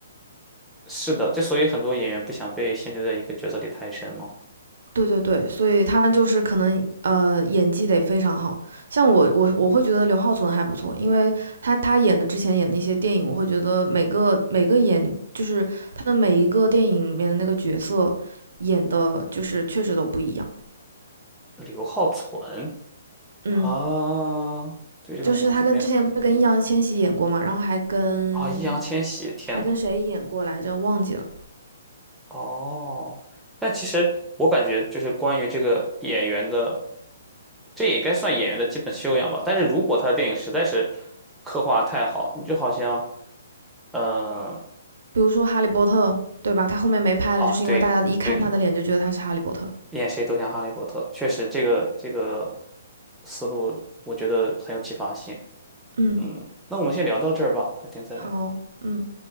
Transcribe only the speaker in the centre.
是的，之所以很多演员不想被限制在一个角色里太深嘛。
刘浩存
啊，对这个名字没有特别的印象。
啊，易烊千玺，天呐，
哦，但其实我感觉就是关于这个演员的，这也该算演员的基本修养吧。但是如果他的电影实在是刻画太好，你就好像，嗯、
啊，
对对，演谁都像哈利波特，确实这个这个思路我觉得很有启发性。
嗯，那我们先聊到这儿吧，改天再聊。